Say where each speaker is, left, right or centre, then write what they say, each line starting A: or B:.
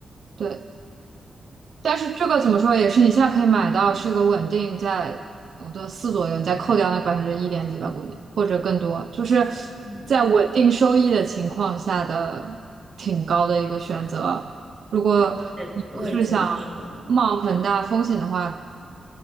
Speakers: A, on the right (about 60°); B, on the right (about 30°).
A: 对。但是这个怎么说也是你现在可以买到，是一个稳定在我的四左右，你再扣掉那百分之一点几吧，估计或者更多，就是
B: 嗯，
A: 在稳定收益的情况下的挺高的一个选择。如果你不是想
B: 对，我也觉得是。
A: 冒很大风险的话，